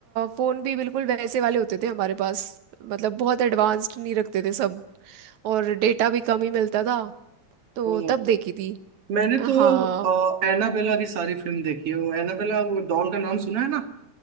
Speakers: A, on the right (about 70°); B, on the right (about 50°).
A: फोन भी बिल्कुल वैसे वाले होते थे हमारे पास मतलब बहुत एडवांस्ड नहीं रखते थे सब और डेटा भी कम ही मिलता था तो
B: ओ
A: तब देखी थी
B: मैंने
A: हाँ
B: तो एनाबेला की सारी फिल्म देखी है वो एनाबेला वो डॉल का नाम सुना है ना